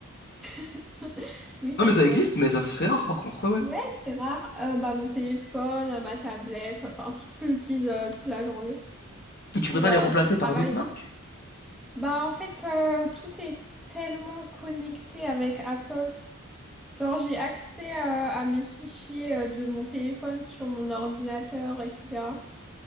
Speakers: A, in the centre; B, on the left.
A: <laughs> Oui, ça
B: Non, mais ça
A: se fait.
B: existe, mais ça se fait rare, par contre, ouais, ouais.
A: Ouais, c'est rare. Euh, bah, mon téléphone, euh, ma tablette, enfin tout ce que j'utilise euh, toute la journée
B: Et tu
A: pour
B: pourrais pas les
A: euh,
B: remplacer
A: mon
B: par
A: travail.
B: d'autres marques?
A: Bah, en fait, euh, tout est tellement connecté avec Apple. Genre, j'ai accès euh, à mes fichiers euh, de mon téléphone sur mon ordinateur, etc.